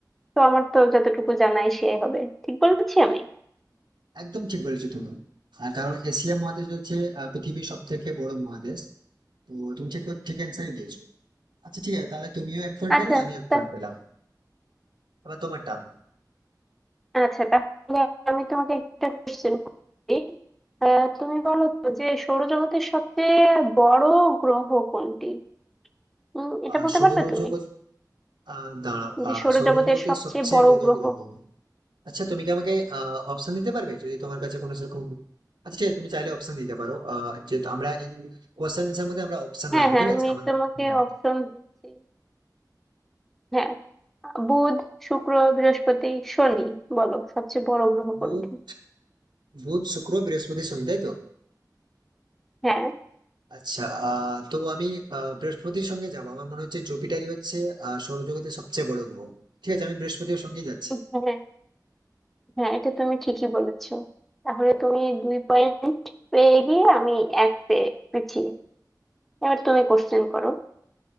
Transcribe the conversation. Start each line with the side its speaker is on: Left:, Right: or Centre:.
Centre: তো আমার তো যতটুকু জানা এশিয়াই হবে ঠিক বলেছি আমি
Right: একদম ঠিক বলেছো তুমি আর কারণ এশিয়া মহাদেশ হচ্ছে আহ, পৃথিবীর সব থেকে বড় মহাদেশ তো তুমি ঠিক ঠিক অ্যান্সারই দিয়েছো আচ্ছা ঠিক আছে তাহলে তুমিও এক পয়েন্ট
Centre: আচ্ছা
Right: পেলে আমিও এক
Centre: তা-
Right: পয়েন্ট পেলাম এবার তোমার টান
Centre: আচ্ছা তাহলে আমি তোমাকে একটা কোশ্চেন করি আহ, তুমি বলো তো যে সৌরজগতের সবচেয়ে বড় গ্রহ কোনটি উম, এটা
Right: আহ,
Centre: বলতে
Right: সৌরজগৎ
Centre: পারবে তুমি
Right: আহ, দাঁড়াও
Centre: যে
Right: আহ,
Centre: সৌরজগতের
Right: সৌরজগতের
Centre: সবচেয়ে
Right: সবচেয়ে
Centre: বড়
Right: বড়
Centre: গ্রহ
Right: গ্রহ আচ্ছা তুমি কি আমাকে অপশন দিতে পারবে যদি তোমার কাছে কোনো সেরকম আচ্ছা ঠিক আছে তুমি চাইলে অপশন দিতে পারো আহ, যেহেতু আমরা এই কোশ্চেন এর মধ্যে আমরা অপশন
Centre: হ্যাঁ
Right: রাখবো
Centre: হ্যাঁ
Right: ঠিক
Centre: আমি
Right: আছে আমাদের
Centre: তোমাকে
Right: হুম।
Centre: অপশন দিচ্ছি হ্যাঁ বুধ শুক্র বৃহস্পতি শনি বলো সবচেয়ে বড় গ্রহ কোনটি
Right: বুধ বুধ, শুক্র বৃহস্পতি শনি তাই তো
Centre: হ্যাঁ
Right: আচ্ছা আহ তো আমি আহ, বৃহস্পতির সঙ্গে যাবো আমার মনে হচ্ছে জুপিটারই হচ্ছে আহ, সৌরজগতের সবচেয়ে বড় গ্রহ ঠিক আছে আমি বৃহস্পতির সঙ্গেই যাচ্ছি
Centre: হ্যাঁ হ্যাঁ এটা তুমি ঠিকই বলেছো তাহলে তুমি দুই পয়েন্ট পেয়ে গিয়ে আমি এক পেয়ে পিছিয়ে এবার তুমি কোশ্চেন করো